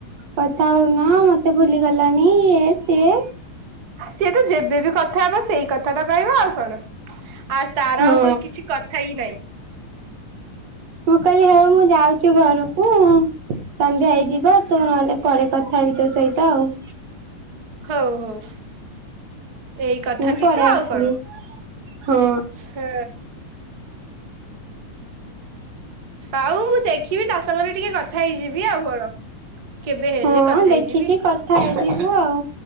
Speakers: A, on the right; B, on the right.
A: କଥା ହଉନ ମତେ ଭୁଲିଗଲାଣି ଇଏ ସିଏ।
B: ସିଏ ତ ଯେବେବି କଥା ହେବ ସେଇ କଥାତ କହିବା ଆଉ କଣ। ଆଉ ତାର
A: ହଁ
B: ଆଉ କ କିଛି କଥା ହିଁ ନାହିଁ।
A: ମୁଁ କହିଲି ହଉ ମୁଁ ଯାଉଛି ଘରକୁ। ସନ୍ଧ୍ୟା ହେଇଯିବ ତୁ ନହେଲେ ପରେ କଥା ହେବି ତୋ ସହିତ ଆଉ।
B: ହଉ ହଉ। ଏଇ କଥାଟି
A: ମୁଁ ପଳେଇ
B: ତ ଆଉ
A: ଆସିଲି
B: କଣ।
A: ହଁ
B: ହୁଁ ଆଉ ମୁଁ ଦେଖ୍ ଥିବି ତା ସଙ୍ଗରେ ଟିକେ କଥା ହେଇଯିବି ଆଉ କଣ। କେବେ ହେଲେ
A: ହଁ
B: କଥା
A: ଦେଖିକି
B: ହେଇଯିବି
A: କଥା ହେଇଯିବୁ ଆଉ।